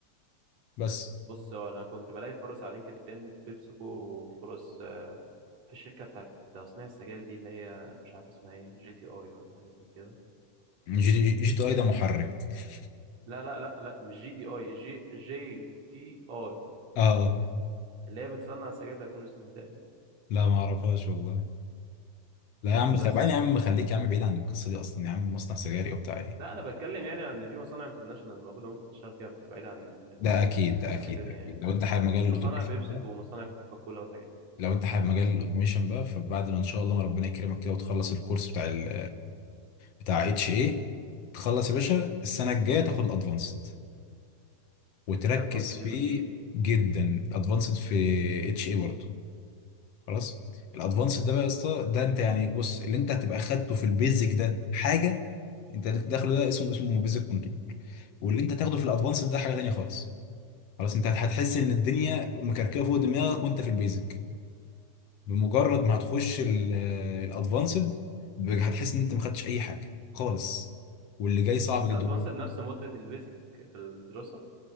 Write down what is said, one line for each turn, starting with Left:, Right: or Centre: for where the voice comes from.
Left: بس
Right: بص هو انا كنت بلاقي فرص على لينكد ان في بيبسيكو وفرص آه، في الشركه بتاعت تصنيع السجاير دي اللي هي مش عارف اسمها ايه جي تي اي ولا حاجه زي كده
Left: جي تي جي تي اي ده محرك <laughs>
Right: لا لا لا لا مش جي دي اي جي جي تي اي
Left: اه
Right: اللي هي بتصنع السجاير بتاعت وينستون دي تقريبا
Left: لا ما اعرفهاش والله لا يا عم
Right: بس
Left: خ- بعدين يا عم خليك يا عم بعيد عن القصه دي اصلا يا عم مصنع سجاري وبتاع ايه
Right: لا انا بتكلم يعني عن ان في مصانع انترناشونال موجوده ممكن تشتغل فيها بعيد عن انك
Left: ده
Right: ممكن تش...
Left: اكيد ده
Right: في
Left: اكيد
Right: الحته دي
Left: ده
Right: يعني
Left: اكيد لو انت حابب مجال الاوتوميشن
Right: مصانع بيبسيكو
Left: بقى
Right: ومصانع كوكاكولا والحاجات دي
Left: لو انت حابب مجال الاوتوميشن بقى فبعد ما ان شاء الله ما ربنا يكرمك كده وتخلص الكورس بتاع ال بتاع اتش اي تخلص يا باشا السنه الجايه تاخد الادفانسد وتركز
Right: الادفانسد بيقولوا
Left: فيه
Right: تقيل
Left: جدا الادفانسد في اتش اي برضه خلاص الادفانسد ده بقى يا اسطى ده انت يعني بص اللي انت هتبقى خدته في البيزك ده حاجه انت اللي أنت داخله ده اسمه اسمه بيزك كنترول واللي انت تاخده في الادفانسد ده حاجه تانيه خالص خلاص انت هتحس ان الدنيا مكركبه فوق دماغك وانت في البيزك بمجرد ما هتخش الادفانسد هتحس ان انت ما خدتش اي حاجه خالص واللي جاي صعب جدا
Right: الادفانسد نفس مده البيزك في الدراسه